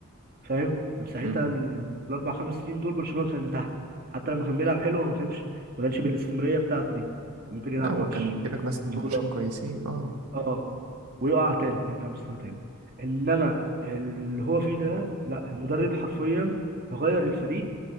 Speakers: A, on the right; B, on the right.
A: فاهم من ساعتها
B: مم.
A: ال- الاربع خمس سنين دول برشلونه كان تحت حتى لما كان بيلعب حلو هو ما كانش ما كانش بالاستمراريه بتاعته دي كان ممكن يلعب
B: لا هو
A: ماتش
B: كان بيلك مثلا
A: بطوله
B: ماتشين كويسين اه
A: اه ويقع تاني يرجع مستوى تاني انما اللي هو فيه ده لا المدرب حرفيا غير الفريق